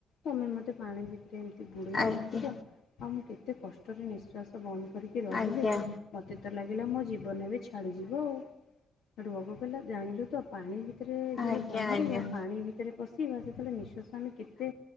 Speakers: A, on the left (about 75°); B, on the left (about 50°).
A: ତମେ ମତେ ପାଣି ଭିତରେ ଏମିତି ବୁଡେଇକି
B: ଆଜ୍ଞା ଆଜ୍ଞା
A: ରଖୁଛ। ଆଉ ମୁଁ କେତେ କଷ୍ଟରେ ନିଃଶ୍ୱାସ ବନ୍ଦ କରି ରହିଲି
B: ଆଜ୍ଞା
A: ମତେ ତ ଲାଗିଲା ମୋ ଜୀବନ ଏବେ ଛାଡିଯିବ ଆଉ। ସେଠୁ ହବ କଇଲା ଜାଣିଲୁ ତ ପାଣି ଭିତରେ, ଯେତେବେଳେ
B: ଆଜ୍ଞା
A: ପହଁରିବା
B: ଆଜ୍ଞା ଆଜ୍ଞା ଆଜ୍ଞା ଆଜ୍ଞା
A: ପାଣି ଭିତରେ ପସ୍ ଟି ଯେତେବେଳେ ନିଶ୍ୱାସ ଆମେ କେତେ